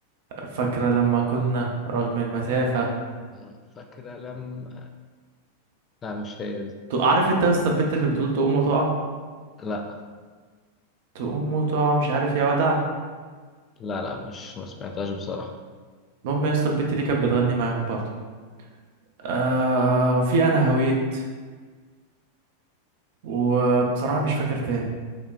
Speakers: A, on the right; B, on the left.
A: فاكرة لما كنا رغم المسافة
B: آه، فاكرة لما لا مش هي دي
A: تو- عارف انت يا اسطى البت اللي بتقول تقوم وتقع
B: لا
A: تقوم وتقع ومش عارف يا ودع
B: لا لا مش ما سمعتهاش بصراحة
A: المهم يا اسطى البت دي كانت بتغني معاهم برضه آه وفي انا هويت وبصراحه مش فاكر تاني